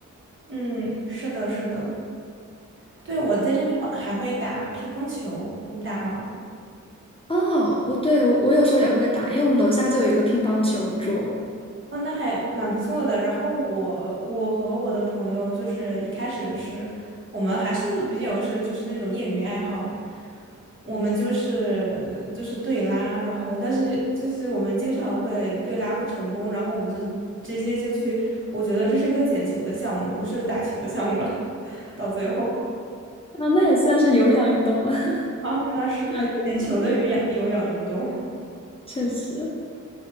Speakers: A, on the right; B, on the left.
A: 嗯，是的，是的，对，我在这边我还会打乒乓球，你打吗？
B: 哦，我对我我有时候也会打，因为我们楼下就有一个乒乓球桌，
A: 哦，那还蛮不错的。然后我我和我的朋友就是一开始是我们还是比较是就是那种业余爱好啦，我们就是就是对拉，然后但是就是我们经常会对拉不成功，然后我们就直接就去，我觉得这是一个捡球的项目，不是打球的项目了。<laughs> 到最后
B: 啊，那也算是有氧运动了，<laughs> 上
A: 啊，<laughs>
B: 有氧了，
A: 捡球的有氧有氧运动。
B: 确实。